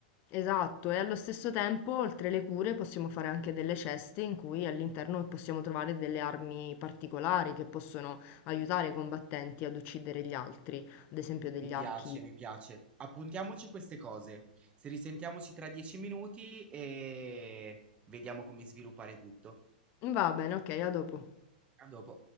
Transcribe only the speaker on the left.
Esatto, e allo stesso tempo, oltre le cure, possiamo fare anche delle ceste in cui all'interno possiamo trovare delle armi particolari che possono aiutare i combattenti ad uccidere gli altri, ad esempio degli
archi.
Va bene, ok, a dopo.